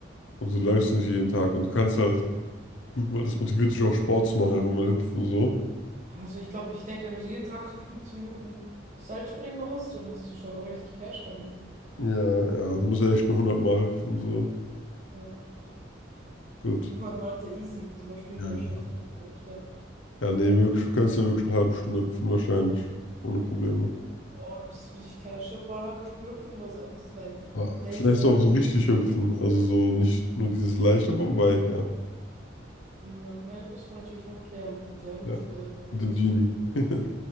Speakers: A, on the left; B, on the right.
A: Und du läufst nicht jeden Tag. Und du kannst halt, gut, mal, das motiviert dich auch Sport zu machen, einfach mal hüpfen so.
B: Also ich glaube, ich denke, wenn du so jeden Tag für 15 Minuten Seilspringen machst, so, dann hast du schon auch richtig Cash verdient.
A: Ja, ja, du musst ja echt nur hundert Mal hüpfen so.
B: Ja.
A: Gut.
B: 100 Mal ist ja easy. Also man springt
A: Ja,
B: ja wahrscheinlich
A: ja.
B: noch irgendwie öfter.
A: Ja, nee, wirklich, du kannst ja wirklich eine halbe Stunde hüpfen wahrscheinlich, ohne Probleme.
B: Boah, dann bist du richtig Cash. Stell dir vor, eine halbe Stunde hüpfen und das ist einfach so dein
A: Aber
B: Day
A: vielleicht
B: Salary.
A: auch so richtig hüpfen, also so nicht nur dieses leicht, aber wobei, ja.
B: Ja, ne, das müsste man natürlich noch klären mit der Hüpf-Community.
A: Ja, mit dem Genie. <laughs>